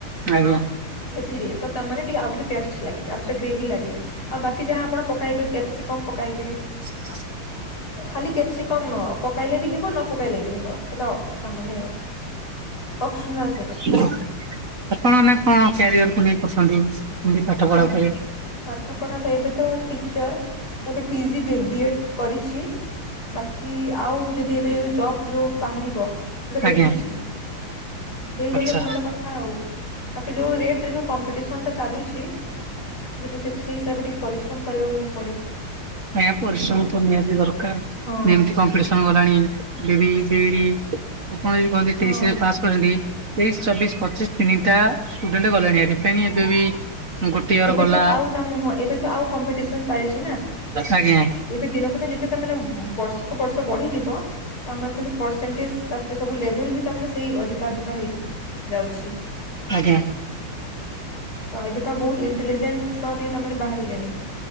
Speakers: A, on the right; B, on the left.
A: ଆଇବ୍ରୋ!
B: ସେଥିରେ ତ ତାମାନେ ଟିକେ ଆଉ ଟିକେ ଟେଷ୍ଟ ଲାଗି ଆଉ ସେ ଗ୍ରେଭି ଲାଗି, ଆଉ ବାକି ଯାହା ଆପଣ ପକାଇବେ କ୍ୟାପସିକମ ପକାଇବେ!
A: ହ <unintelligible>
B: ଖାଲି କ୍ୟାପସିକମ ପକାଇଲେ ବି ହେବ ନପକାଇଲେ ବି ହେବ! ସେଟା ତା ମାନେ ଅଫନ୍ସାଯ
A: ଚି ଆପଣ ନା କଣ କ୍ୟାରିଅର କୁ ନେଇ କରୁସନ୍ତି, ଵି ପାଠ
B: କଣ
A: ପଢା ଉପରେ!
B: ପାଠ ପଢାତ ଏବେ ତ ଟିଚର, ମୁଁ ଏବେ ପିଜି ବେ ବିଏଡ କରିଚି! ବାକି ଆଉ ଯଦି ଏବେ ଜବ୍ ଯୋଉ ବାହାରିବ ସେଇଟା ଦେଖୁଚି,
A: ଆଜ୍ଞା
B: ହେଇଗଲେ
A: ଆଚ୍ଛା।
B: ଭଲ କ ଥାଉ, ବାକି ଯୋଉ ରେଟ ରେ ଯୋଉ କମ୍ପିଟେସନଟା ଚାଲୁଛି! ରୋଷେଇ ସରି ସେଇ ହିସାବରେ ଟିକେ ପରିଶ୍ରମ କରିବାକୁଵି
A: ଆଜ୍ଞା ପରିଶ୍ରମ ତ ନିହାତି ଦରକାର,
B: ହଁ
A: ନିମତି କଣ! ପରିଶ୍ରମ ଗଲାଣି ବେବି ଗେଡି ଉତ୍କଳ କଣ କହନ୍ତିରି
B: ହଁ
A: ସେ ପାସ କରନ୍ତି! ତେଇଶି ଚବିଶି ପଚିଶି ତିନିଟା ଷ୍ଟୁଡେଣ୍ଟ ଗଲେଣି ହାରି! ଫେଣି ଏବେ ବି ଗୋଟେ ଇୟର
B: ଏବେ
A: ଗଲା
B: ତ ଆଉ ଟମ ନୁହଁ, ଏବେ ତ ଆଉ କମ୍ପିଟେସନ ଚାଲିଛିନା,
A: ଆଜ୍ଞା
B: ଏବେ ଦିନକୁ ଦିନ ଯେତେ ତାମାନେ ବର୍ଷକୁ ବର୍ଷ ବଢିଯିବ! ତାମାନେ ସେ ପରସେଣ୍ଟେଜ ତାପରେ ସବୁ ଲେଭେଲ ବି ତାମାନେ ସେଇ ଅଧିକା ଅଧିକା ହେଇଥିବ! ଯାଉଛି!
A: ଆଜ୍ଞା!
B: ତ ଏବେକା ବହୁତ ଇଣ୍ଟେଲିଜେଣ୍ଟ ଛୁଆ ବି ତାମାନେ ବାହାରିଲେଣି!